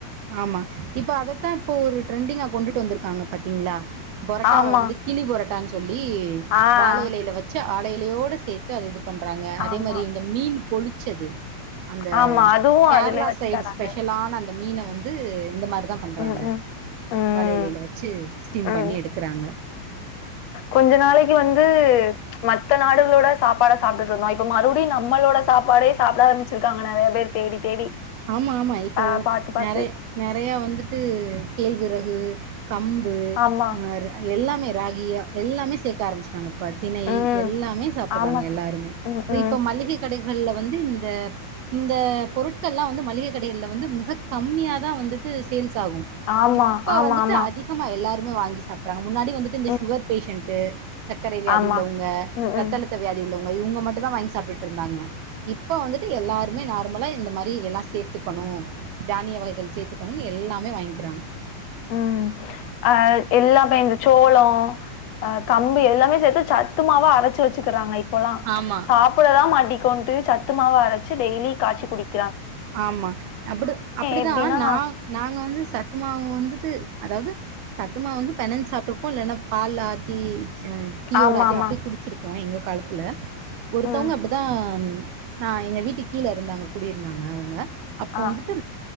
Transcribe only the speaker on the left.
ஆமா
ஆஹ்
ஆமா
ஆமா அதுவும்
அதுல வச்சு
தராங்க
ம் ம் ம்
ம்.
கொஞ்ச நாளைக்கு வந்து மத்த நாடுகளோட சாப்பாட சாப்ட்டுட்ருந்தோ இப்ப மறுபடியு நம்மளோட சாப்பாடே சாப்பிட ஆரம்பிச்சிருக்காங்க நெறைய பேர் தேடி தேடி
ஆஹ் பார்த்து பார்த்து
ஆமா
ம்
ஆமா சிஸ்டர்
ம்
ம்
ஆமா
ஆமா
ஆமா
ம்
ஆமா
ம்
ம்
உம் அஹ் எல்லாமே இந்த சோளோ அஹ் கம்பு எல்லாமே சேத்து சத்துமாவா அரச்சு வச்சுக்கிறாங்க இப் இப்போலா
சாப்பிட தா மாட்டி க்கொண்டு சத்துமாவா அரைச்சு டெய்லி காச்சி குடிக்
எப்டின்னா
ஆமாமா.
ம்.
ஆ.